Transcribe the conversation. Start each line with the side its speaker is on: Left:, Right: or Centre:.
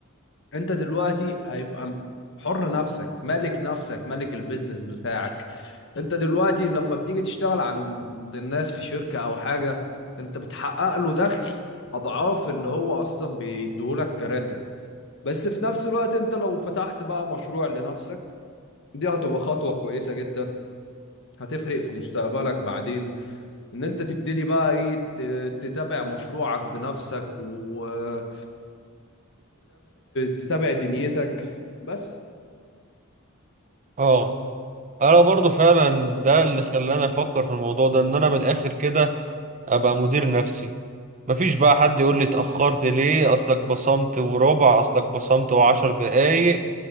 Left: أنت دلوقتي هيبقى حر نفسك مالك نفسك مالك البيزنس بتاعك انت دلوقتي لما بتيجي تشتغل عند الناس في شركة او حاجة انت بتحقق له دخل اضعاف اللي هو اصلا بيديهولك كراتب بس في نفس الوقت انت لو فتحت بقى مشروع لنفسك دي هتبقى خطوة كويسة جدا هتفرق في مستقبلك بعدين ان انت تبتدي بقى ايه ت- تتابع مشروعك بنفسك وتتابع تتابع دنيتك بس
Right: اه انا برضو فعلا ده اللي خلاني افكر في الموضوع ده ان انا من الاخر كده ابقى مدير نفسي مفيش بقى حد يقول لي اتأخرت ليه اصلك بصمت وربع اصلك بصمت وعشر دقايق